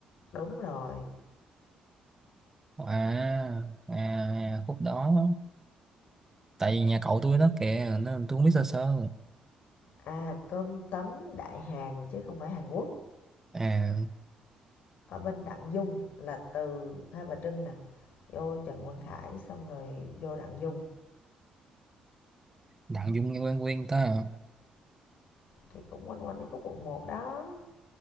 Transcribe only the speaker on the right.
à à khúc đó tại vì nhà cậu tôi nó kìa nên tôi cũng biết sơ sơ
à
Đặng Dung nghe quen quen ta à.